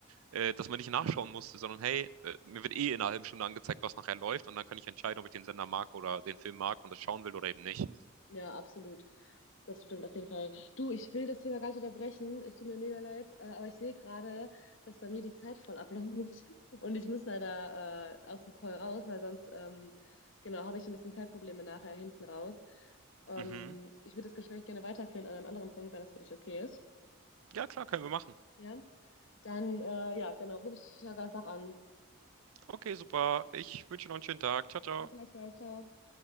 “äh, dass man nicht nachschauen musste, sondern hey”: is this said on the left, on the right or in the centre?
Right